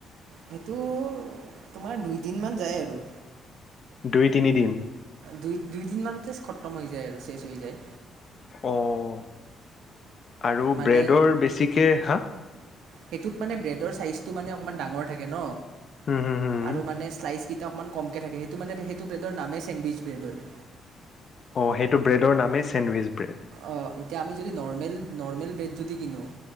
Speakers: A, on the right; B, on the left.
A: সেইটো তোমাৰ দুইদিনমান যায় আৰু।
B: দুই তিনিদিন?
A: দুই দুইদিন মানতে খটম হৈ যায় আৰু শেষ হৈ যায়।
B: অ' আৰু
A: মানে
B: ব্ৰেডৰ বেছি কে হাঁ।
A: সেইটোত মানে ব্ৰেডৰ চাইজটো মানে অকমান ডাঙৰ থাকে ন?
B: হুম হুম হুম
A: আৰু মানে শ্লাইচ ক অকণমান কমকে থাকে সেইটো মানে সেইটো ব্ৰেডৰ নামেই চেণ্ডউইচ ব্ৰেড হয়।
B: অ'সেইটো ব্ৰেডৰ নামে চেণ্ডউইচ? ব্ৰেড।
A: অ' এতিয়া আমি যদি নৰ্মেল নৰ্মেল বেড যদি কিনো